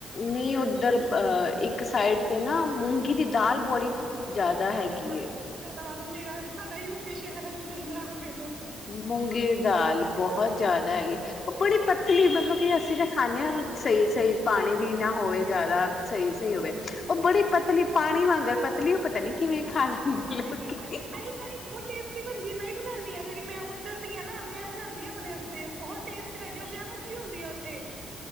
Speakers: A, on the left (about 45°); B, on the right (about 45°).
A: ਨਹੀਂ ਉੱਧਰ ਅਹ, ਇੱਕ ਸਾਈਡ ਤੇ ਨਾ ਮੂੰਗੀ ਦੀ ਦਾਲ ਬੜੀ ਜ਼ਿਆਦਾ
B: ਮੁਰਾਦਾਬਾਦ,
A: ਹੈਗੀ ਏ।
B: ਮੁਰਾਦਾਬਾਦ। ਮੇਰਾ ਸਾਡਾ ਯੂਪੀ ਸ਼ਹਿਰ ਹੈ ਜਿੱਥੇ ਨਾਲ। ਫੇਮਸ ਹੈ
A: ਮੂੰਗੇ ਦੀ ਦਾਲ, ਬਹੁਤ ਜ਼ਿਆਦਾ ਹੈਗੀ। ਉਹ ਬੜੀ ਪਤਲੀ, ਮਤਲਬ ਕਿ ਅਸੀਂ ਤਾਂ ਖਾਂਦੇ ਆਂ, ਸਹੀ ਸਹੀ ਪਾਣੀ ਵੀ ਨਾ ਹੋਵੇ ਜਿਆਦਾ, ਸਹੀ ਸਹੀ ਹੋਵੇ। ਉਹ ਬੜੀ ਪਤਲੀ ਪਾਣੀ ਵਾਂਗਰ ਪਤਲੀ ਉਹ ਪਤਾ ਨੀ ਕਿਵੇਂ ਖਾ ਲੈਂਦੇ
B: ਉਹ ਪਤਾ
A: ਲੋਕੀ।
B: ਕੀ ਕਰਦੇ, ਨਹੀਂ ਨਹੀਂ ਬਹੁਤ ਟੇਸਟੀ ਬਨ ਦੀ, ਮੈਂ ਈ‌ ਬਣਾਦੀ‌ ਆਂ। ਕਿਉਂਕਿ ਮੈਂ ਓਧਰ ਦੀ ਆ ਨਾ, ਮੈਂ ਬਣਾਦੀ‌ ਆਂ ਆਪਣੇ ਤੇ ਓਹ ਬਹੁਤ ਟੇਸਟੀ ਲਗਦੀ। ਓਹ ਵਿਆਂਵਾਂ‌ ਚ। ਚ ਐ ਹੁੰਦੀ ਆ ਉੱਥੇ।